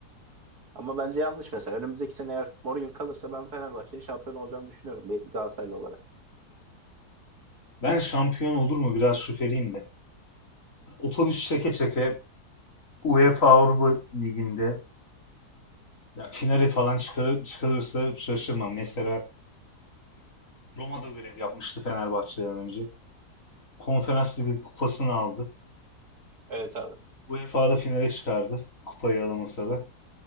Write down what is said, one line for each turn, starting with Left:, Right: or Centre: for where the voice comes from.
Right: Ama bence yanlış mesela. Önümüzdeki sene eğer Mourinho kalırsa ben Fenerbahçe'nin şampiyon olacağını düşünüyorum bir Galatasaraylı olarak.
Left: Ben şampiyon olur mu biraz şüpheliyim de. Otobüs çeke çeke UEFA Avrupa Ligi'nde ya finali falan çıkarı- çıkarırsa şaşırmam. Mesela Roma'da görev yapmıştı Fenerbahçe'den önce. Konferans Ligi kupasını aldı.
Right: Evet abi.
Left: UEFA'da finale çıkardı. Kupayı alamasa da.